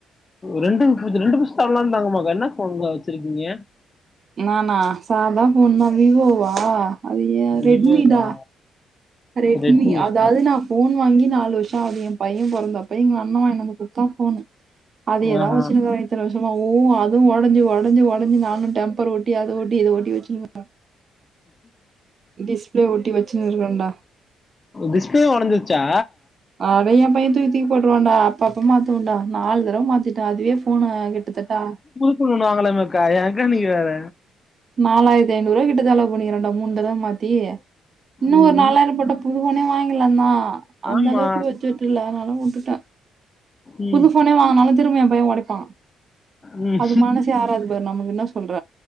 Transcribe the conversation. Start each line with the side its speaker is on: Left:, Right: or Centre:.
Left: ரெண்டு பூ ரெண்டு பூஸ்தர்லா தங்கமாக்கா என்ன ஃபோன்கா வச்சிருக்கீங்க
Right: நானா சாதா ஃபோன்தா விவோவா அது ஏ ரெட்மிடா
Left: விவோவா
Right: ரெட்மி
Left: ரெட்மியா
Right: அதாது நா ஃபோன் வாங்கி நாலு வருஷோ ஆது ஏ பைய பொறந்தப்ப எங்க அண்ண வாங்கினு வந்து கொடுத்தா ஃபோனு அதயேதா
Left: ஆஹா
Right: வச்சுன்கரே இத்தன வருஷமா ஊ அதுவு ஒடஞ்சு ஒடஞ்ச ஒடஞ்சி நானு டெம் பர் ஒட்டி அத ஒட்டி இதஓட்ட வச்சுங்க டிஸ்பிளே ஒட்டி வச்சுன்னு இருக்கன்டா
Left: டிஸ்ப்ளே ஒடஞ்சிருச்சா
Right: அட ஏ பையன் தூக்கிதூக்கி போட்டுருவாண்டா அப்ப அப்ப மாத்துவண்டா நாலு தடவ மாத்தி அதுவே போன் கிட்டத்தட்டா
Left: ஃபோன் ஒன்னு வாங்கலக்கா யக்கா நீங்க வேற
Right: நாலாயிரத்தி ஐநூறுரூபா கிட்ட செலவு பண்ணிகிறண்டா மூணு தடவ மாத்தி இன்னு
Left: ம்
Right: ஒரு நாலாயிர போட்ட புது போனே வாங்கிலாந்தா அந்த
Left: ஆமா
Right: அளவுக்கு பட்ஜெட் இல்ல அதுனாலதா உட்டுட்ட
Left: ம்
Right: புது ஃபோனே வாங்கனாலு திரும்ப எ பைய ஒடைப்பா
Left: ம்
Right: அது மனசே ஆராது பாரு நமக்கு என்ன சொல்ற